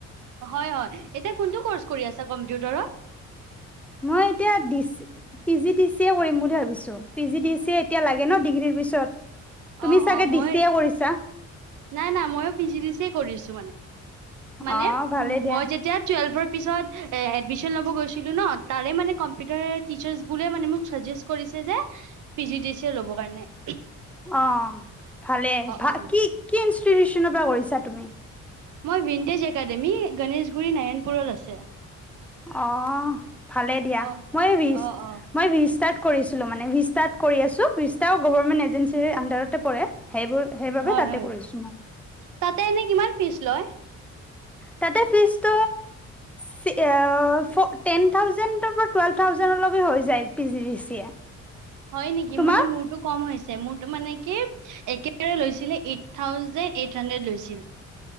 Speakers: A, on the right; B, in the centre.
A: হয় হয় এতিয়া কোনটো কৰ্চ কৰি আছে কম্পিউটাৰত
B: মই এতিয়া পি জি ডি চিয়ে কৰিম বুলি ভাবিছো। পি জি এতিয়া লাগে। লাগে ন ডিগ্ৰীৰ পিছত তুমি
A: অ
B: চাগে
A: অ মই
B: দিছিয়ে কৰিছা?
A: নাই নাই ময়ো পি জি ডি চিয়ে কৰিছো মানে
B: অ ভালে দিয়া
A: মই যেতিয়া টুৱেলভৰ পিছত লব গেছিলো ন তাৰে মানে টিৰ্চাছ বোৰে চাজেছ কৰিছে মানে পি জি ডি চিয়ে লবলৈ মানে।
B: অ ভালে ভা
A: অ
B: কি? কি ইনষ্টিটিউচনৰ পৰা কৰিছা তুমি?
A: মই ভিনতেজ একাডেমী গণেশগুৰি নাৰায়ণপুৰত আছে।
B: আহ। ভালে দিয়া,
A: অ
B: মই বিশ
A: অ অ
B: মই বিশ তাত কৰিছিলো মানে ভিষ্টাত কৰি আছো, ভিষ্টাও গভৰ্মেন্ট এজেঞ্চিৰ আনডাৰতে পৰে। সেইবোৰ সেইবাবে
A: হয়
B: তাতে
A: হয়,
B: কৰিছো মই
A: তাতে এনে কিমান ফিজ লয়?
B: তাতে ফিজ ত চি এ ফ টেন থাউজেণ্ডৰ পৰা টুৱেল্ভ থাউজেণ্ডলৈকে হৈ যায়, P G D C A.
A: হয় নেকি
B: তোমাৰ
A: মানে মোৰটো কম হৈছে মোৰটো মানে কি, একেবাৰে লৈছিলে এইট থাউজেণ্ড এইট হাণ্ডৰেড লৈছিল।